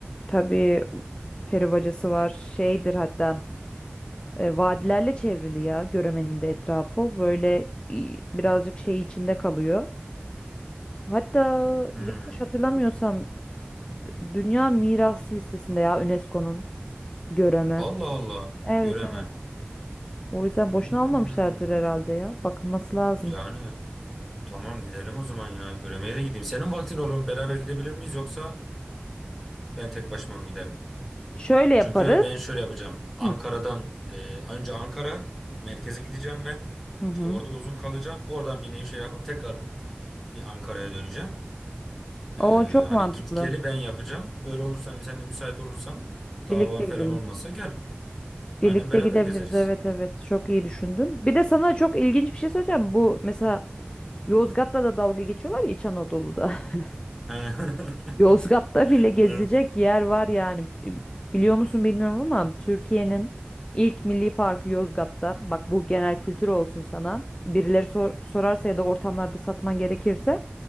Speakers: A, on the left (about 25°); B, in the centre.
A: Tabii peri bacası var. Şeydir hatta. e, vadilerle çevrili ya Göreme'nin de etrafı. Böyle i- birazcık şey içinde kalıyor. Hatta
B: Hmm.
A: yanlış hatırlamıyorsam Dünya Miras listesinde ya UNESCO'nun Göreme.
B: Allah Allah.
A: Evet
B: Göreme.
A: evet. O yüzden
B: Hmm.
A: boşuna almamışlardır herhalde ya. Bakılması lazım.
B: Yani tamam gidelim o zaman ya. Göreme'ye de gideyim. Senin vaktin olur mu? Beraber gidebilir miyiz yoksa ben tek başıma mı giderim?
A: Şöyle yaparız.
B: Çünkü ben şöyle yapacağım. Ankara'dan
A: Hı
B: e, önce Ankara merkeze gideceğim ben.
A: hı. hı.
B: İşte orada uzun kalacağım. Oradan bir Nevşehir yapıp tekrar bir Ankara'ya döneceğim. E,
A: O çok
B: hani
A: mantıklı.
B: git geli ben yapacağım. Öyle olursa hani sen de müsait olursan bir davan
A: Birlikte
B: falan
A: gidelim.
B: olmasa gel. Aynen
A: Birlikte
B: beraber
A: gidebiliriz.
B: gezeriz.
A: Evet evet. Çok iyi düşündün. Bir de sana çok ilginç bir şey söyleyeceğim. Bu mesela Yozgat'ta da dalga geçiyorlar ya İç Anadolu'da. <laughs>
B: <laughs>
A: Yozgat'ta bile gezilecek
B: Evet.
A: yer var yani. Biliyor musun bilmiyorum ama Türkiye'nin ilk milli parkı Yozgat'ta. Bak bu genel kültür olsun sana. Birileri sor- sorarsa ya da ortamlarda satman gerekirse